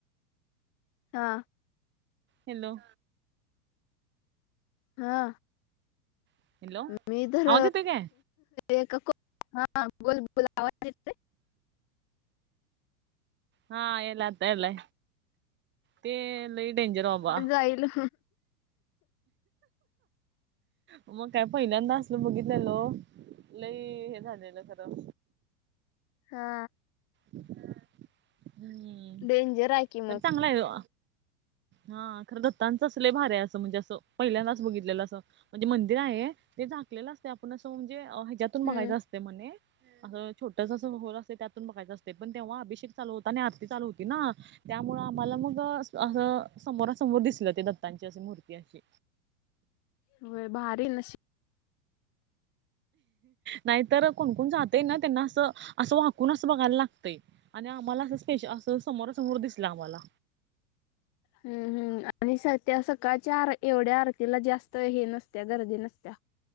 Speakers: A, on the left; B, on the right.
A: हा.
B: हॅलो,
A: हा.
B: हॅलो
A: मी तर
B: आवाज येतोय काय
A: एका को, हा बोल बोल आवाज येतोय?
B: हा यायला आता यायला. ते लई डेंजर बाबा.
A: पाहिल.
B: मग काय पहिल्यांदा असल बघितलेलो, लई हे झालेलं खरं.
A: हा.
B: हं.
A: डेंजर आहे की मग
B: पण चांगला आहे तो. हा खर दत्तांच लय भारीये असं. म्हणजे असं पहिल्यांदाच बघितलेलं असं. म्हणजे मंदिर आहे ते झाकलेलं असते आपण असं म्हणजे ह्याच्यात तून बागायचं
A: हम्म
B: असते म्हने. अस छोटस अस होल असतं त्यातून बघयचं असत. ते पण तेव्हा अभिषेक चालू होता आणि आरती चालू होती ना. त्यामुळं आम्हाला मग असं समोरासमोर दिसलं ते दत्तांची अशी मूर्ती अशी.
A: व्हय. भारी नशि
B: नाहीतर कोणकोण जातय ना, त्यांना असं असं वाकून असं बघायला लागतय. आणि आम्हाला असं स्पेश असं समोरा समोर दिसला आम्हाला.
A: हं हं आणि सद्या सकाळच्या आर एवढ्या आर तिला जास्त हे नसत्या गरदीे नसत्या.